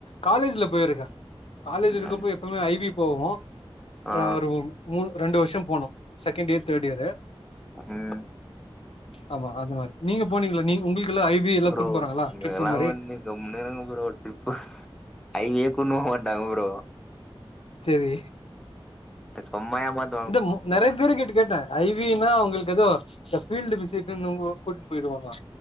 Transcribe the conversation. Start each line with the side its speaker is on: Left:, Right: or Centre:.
Left: காலேஜில போயிருக்கே காலேஜ்
Centre: ம்
Left: இருக்கப்போ எப்பவ்மே ஐவி போவோ
Centre: ஆ
Left: நா ஒரு மூ ரெண்டு வருஷோ போனோ செகண்ட் யேர் தேட் யேரு
Centre: ம்
Left: ஆமா அது மாரி நீங்க போனீங்ளா நீங்க உங்களுக்குலா ஐவி எல்லா
Centre: ப்ரோ
Left: கூட்ன் போறாங்களா
Centre: இவங்கல்லா
Left: ட்ரிப்பு மாரி
Centre: வந்து கம்முனு இருங்க ப்ரோ ட்ரிப்பு ஐவியே கூட்னு போ மாட்டாங்க ப்ரோ
Left: செரி
Centre: சும்மா ஏமாத்
Left: இந்த மு நெறைய பேருகிட்ட கேட்ட ஐவி ன்னா அவுங்களுக்கு எதோ இந்த ஃபீல்டு விசிட்டுன்னு ஒ கூட்னு போய்டுவாங்களா